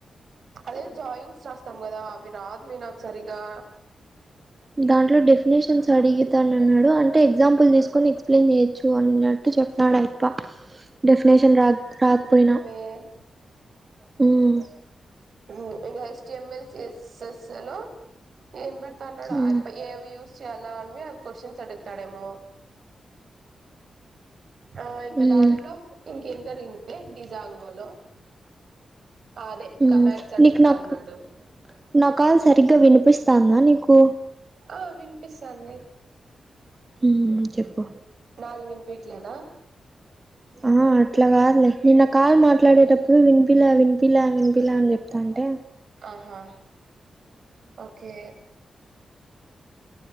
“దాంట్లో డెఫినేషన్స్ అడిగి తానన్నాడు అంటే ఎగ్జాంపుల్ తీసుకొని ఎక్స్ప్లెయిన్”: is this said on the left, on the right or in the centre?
Right